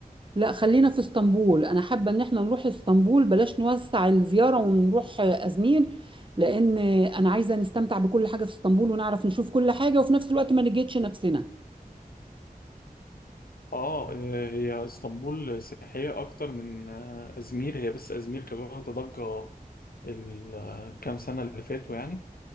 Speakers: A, on the right; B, on the left.
A: لا خلينا في اسطنبول انا حابه ان احنا نروح اسطنبول بلاش نوسع الزياره ونروح ازمير لان انا عايزه نستمتع بكل حاجه في اسطنبول ونعرف نشوف كل حاجه وفي نفس الوقت ما نجهدش نفسنا
B: آه آه، هي اسطنبول سياحية أكتر من آه، أزمير هي بس أزمير كانت واخدة ضجة الكام سنة اللي فاتوا يعني